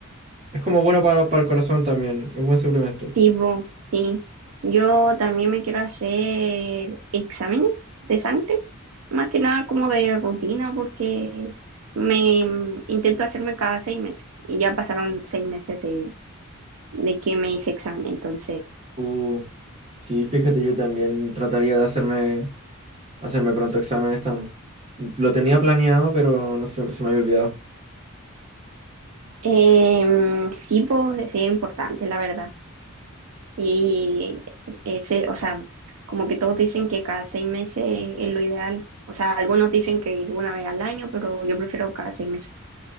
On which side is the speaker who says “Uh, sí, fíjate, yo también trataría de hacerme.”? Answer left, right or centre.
Right